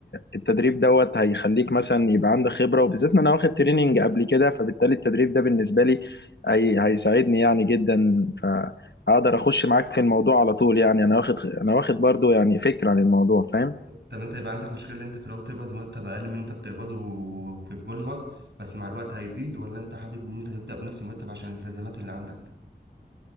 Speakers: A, on the left; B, on the right.
A: التدريب دوت هيخليك مثلا يبقى عندك خبرة وبالذات ان انا واخد تريننج قبل كده فبالتالي التدريب ده بالنسبة لي هي هيساعدني يعني جدا فهقدر اخش معاك في الموضوع على طول يعني انا واخد انا واخد برضو يعني فكرة عن الموضوع فاهم
B: طب انت يبقى عندك مشكلة ان انت في الاول تقبض مرتب اقل من اللي انت بتقبضه في البوليمر بس مع الوقت هيزيد ولا انت حابب ان انت تبدأ بنفس المرتب عشان الالتزامات اللي عندك